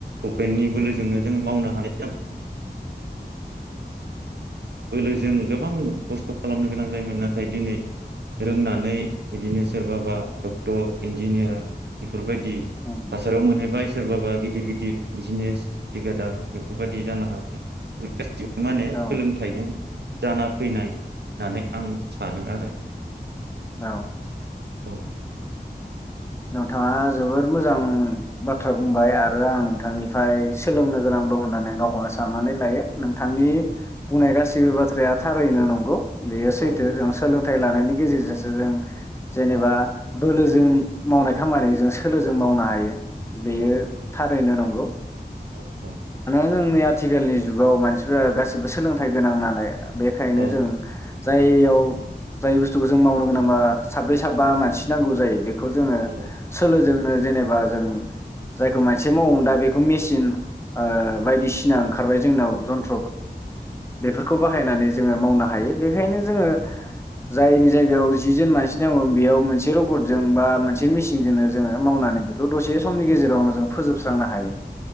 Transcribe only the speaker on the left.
औ
औ
औ
नोंथाङा जोबोद मोजां बाथ्रा बुंबाय आरो आं नोंथांनिफ्राय सोलोंनो गोनां होन्नानै गावखौनो साननानै लायो। नोंथांनि
बुंनाय गासिबो गिबि बाथ्राया थारैनो नंगौ। बेयो सैथो
जों सोलोंथाइ लानो। गेजेर जों जेनेबा बोलोजों मावनाय खामानिजों सोलोजों मावनो हायो। बेयो
थारैनो नंगौ। हेल'
जोंनि आथिखालनि जुगाव मानसिफ्रा गासिबो सोलोंथाइ गोनां नालाय। बेखायनो
जों जाययाव जाय बुस्थुखौ जों मावनो गोनांबा साब्रै साबा मानसि नांगौ जायो। बे बेखौ जोङो
सोलो जों जेनेबा जों जायखौ मानसिआ मावो दा बेखौ मेसिन ओ बायदिसिना ओंखारबाय जोंनाव जन्थ बेफोरखौ बाहायनानै जोङो मावनो। हायो बेखायनो जोङो जायनि जायगायाव जि जोन मानसि नांगौ बेयाव मोनसे रबटजों बा मोनसे मेचनजोंनो जोङो मावनानै बेखौ दसे समनि गेजेरावनो जों फोजोबस्रांनो हायो।